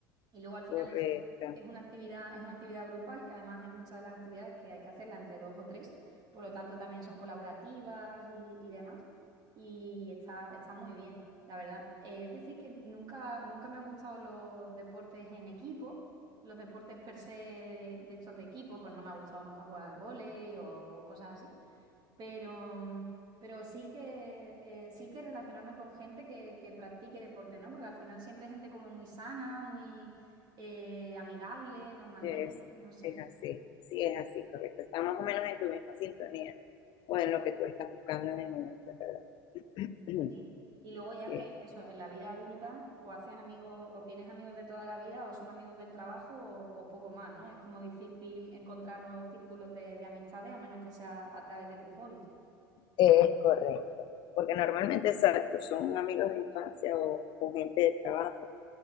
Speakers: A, on the right; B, on the left.
A: y luego al final
B: Correcto,
A: eso es una actividad, es una actividad grupal que además hay muchas de las actividades que hay que hacerla entre dos o tres, por lo tanto también son colaborativas y, y demás y está, está muy bien, la verdad. Eh, es decir, que nunca, nunca me han gustado los deportes en equipo, los deportes per se de, de estos de equipo, pues no me ha gustado nunca jugar al vóley o cosas así, pero, mm, pero sí que, eh, sí que relacionarme con gente que, que practique deporte, ¿no? Porque al final siempre hay gente como muy sana, muy eh, amigable normalmente,
B: es,
A: no sé.
B: es así. Sí, es así, correcto. Está más o menos en tu misma sintonía o en lo que tú estás buscando en el momento, ¿verdad? <clears throat>
A: Sí. Y luego ya
B: Sí,
A: que eso, en la vida adulta, o haces amigos, o tienes amigos de toda la vida, o son amigos del trabajo, o, o poco más, ¿no? Es como difícil encontrar nuevos círculos de, de amistades, a menos que sea a través de tus hobbies.
B: es correcto. Porque normalmente, exacto, son amigos de infancia o, o gente de trabajo,